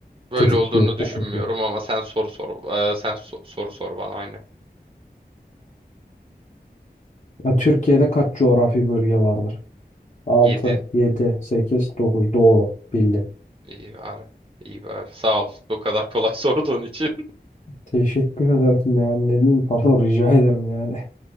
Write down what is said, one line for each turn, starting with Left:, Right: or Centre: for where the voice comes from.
Right: Böyle
Left: tetikliyor
Right: olduğunu
Left: koku.
Right: düşünmüyorum ama sen soru sor. Ee, sen so- soru sor bana aynı.
Left: Ya Türkiye'de kaç coğrafi bölge vardır? 6,
Right: Yedi
Left: 7, 8, dokuz, Doğru. Bildim.
Right: İyi bari. İyi bari. Sağ ol. Bu kadar kolay <laughs> sorduğun için.
Left: Teşekkür ederim yani. Ne diyeyim? Pardon <laughs> rica ederim yani.